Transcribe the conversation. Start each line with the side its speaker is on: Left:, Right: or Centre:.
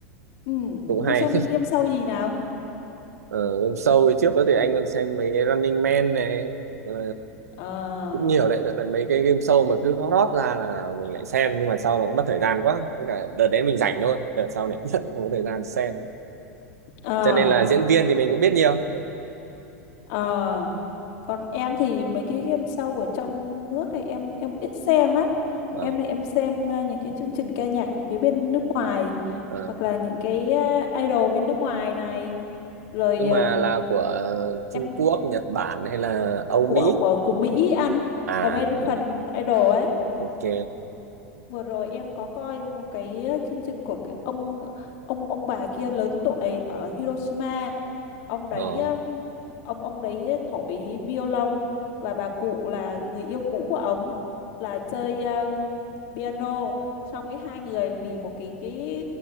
Left: ừ
Right: cũng hay
Left: anh xem game show gì nào
Right: <laughs> ờ, game show ấy, trước đó thì anh còn xem mấy cái Running Man này ờ,
Left: ờ
Right: cũng nhiều đấy Đợt- đợt mấy cái game show mà cứ hot hot ra là mình lại xem nhưng mà sau nó cũng mất thời gian quá Với cả đợt đấy mình rảnh thôi đợt sau này <laughs> cũng không có thời gian xem
Left: ờ
Right: cho nên là diễn viên thì mình cũng biết nhiều
Left: ờ còn em thì mấy cái game show ở trong nước thì em em ít xem lắm
Right: Ờ,
Left: em thì em xem ờ, những cái chương trình ca nhạc phía bên nước ngoài
Right: ờ.
Left: hoặc là những cái ờ, idol bên nước ngoài này rồi
Right: Nhưng
Left: ờm,
Right: mà là của ờ, Trung
Left: em
Right: Quốc, Nhật Bản hay là Âu
Left: của
Right: Mỹ?
Left: của của Mỹ anh
Right: À,
Left: American
Right: ừ,
Left: Idol ấy
Right: ok.
Left: Vừa rồi em có coi một cái ờ, chương trình của cái ông ông ông bà kia lớn tuổi ở Hiroshima ông đấy
Right: Ờ.
Left: um, ông ông đấy thổi violon và bà cụ là người yêu cũ của ông là chơi um, piano xong cái hai người vì một cái cái